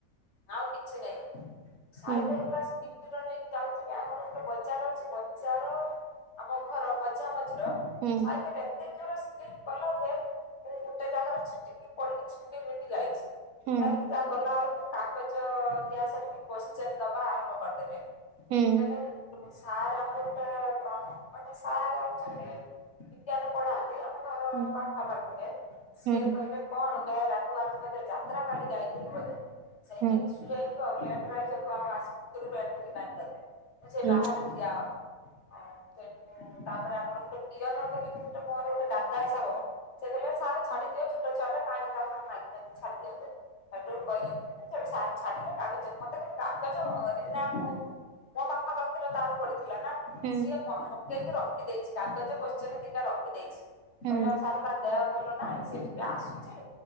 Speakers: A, on the left (about 50°); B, on the right (about 80°).
A: ଆଉ କିଛି ନାହିଁ ସାଇକେଲ
B: ହୁଁ
A: ପୁରା ସ୍ତି ନେଇକି ଯାଉଥିବେ ଆମର ଗୋଟେ ବଜାର ଅଛି ବଜାର ଆମ ଘର ମଝା ମଝି ଝିର
B: ହୁଁ
A: ସାଇକଲ ଏତେ ଜୋର ସ୍ପୀ କଲା ଯେ ମୁଁ ଗୋଟେ ଜାଗାରେ ଛିଟିକି ପିଲି ଛିନଡି ମିନିଡି ଲାଇକ୍ସ
B: ହୁଁ
A: କାଇହିଁକି ଯହା ଗଲା ବେଳକୁ କାଗଜ ଦିଆ ସରିକି କଶ୍ଚେନ ଦବା ଆରମ୍ଭ କରିଦେଲେ
B: ହୁଁ
A: ହଲୋ ସାର୍ ଆମର ଗୋଟେ ଅ ମାନେ ସାର୍ ଅଛନ୍ତି ବିଜ୍ଞାନ ପଢାନ୍ତି ଆମ ଘର
B: ହୁଁ
A: ପାଖାପାଖିରେ ସିଏ
B: ହୁଁ
A: କହିଲେ କଣ ଗେ ରାଧୁ ଆଜି ବୋଧେ ଯାତ୍ରା କାଲି ଯାଇଥିଲୁ ବୋଧେ ସେଇ
B: ହୁଁ
A: ନେଇକି ସୁ <unintelligible> ଭ ସେ
B: ହୁଁ
A: ବାହାରେ ଠିଆ ହବା ହ ସେଇଠୁ ତାପରେ ଆମର ଗୋଟେ ପିଅନଗ ବି ଗୋଟେ ମୋର ଗୋଟେ ଦାଦା ହିସାବବ ଗୋଲେ ସାର ଛାଡ଼ିଦିଅ ଛୋଟ ଛୁଆଟା କାହିଁକି ତା ସାଙ୍ଗରେ ନାଗିଛନ୍ତି ଦିଅନ୍ତୁ ହେଟୁ କଇଲେ। ସେଠୁ ସାର ଛାଡିଲେ ତାପରେ ମତେ କହିଲେ କାଗଜ ରୀନା ମୋ ମୋ ପାଖାପାଖିର ତାର ପଡିଥିଲା ନା
B: ହୁଁ
A: ସିଏ ଦେଇକି ରଖିଦେଇଛି କାଗଜ କ୍ୱେଷ୍ଟିନେ ଦିଟା ରଖିଦେଇଛି
B: ହୁଁ
A: କହିଲେ
B: ହୁଁ ହୁଁ
A: ସାର୍ ତା ଦେହ ଭଲ ନାହିଁ ସେ ଟିକେ ଆସୁଛି